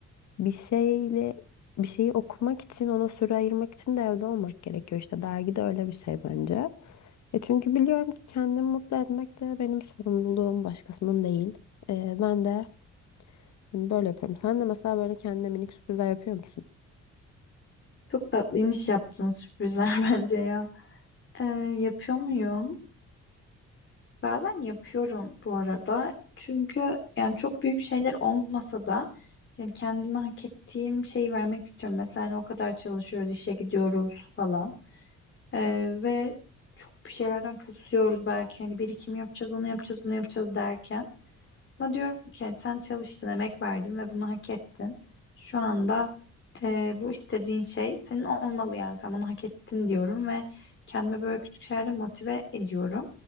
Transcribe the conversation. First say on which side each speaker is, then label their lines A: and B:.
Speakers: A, on the left (about 65°); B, on the left (about 40°).
A: bir şeyle bir şeyi okumak için ona süre ayırmak için de evde olmak gerekiyor. İşte dergi de öyle bir şey bence. E çünkü biliyorum ki kendimi mutlu etmek de benim sorumluluğum başkasının değil. E, ben de hani böyle yapıyorum. Sen de mesela böyle kendine minik sürprizler yapıyor musun?
B: Çok tatlıymış yaptığın sürprizler <laughs> bence ya. Ee, yapıyor muyum? Bazen yapıyorum bu arada. Çünkü yani çok büyük şeyler olmasa da yani kendime hak ettiğim şeyi vermek istiyorum. Mesela hani o kadar çalışıyoruz, işe gidiyoruz falan. Ee, ve çok bir şeylerden kısıyoruz belki. Hani birikim yapacağız, onu yapacağız, bunu yapacağız derken. Ama diyorum ki hani sen çalıştın, emek verdin ve bunu hak ettin. Şu anda e, bu istediğin şey senin olmalı yani. Sen bunu hak ettin diyorum ve kendime böyle küçük şeylerle motive ediyorum.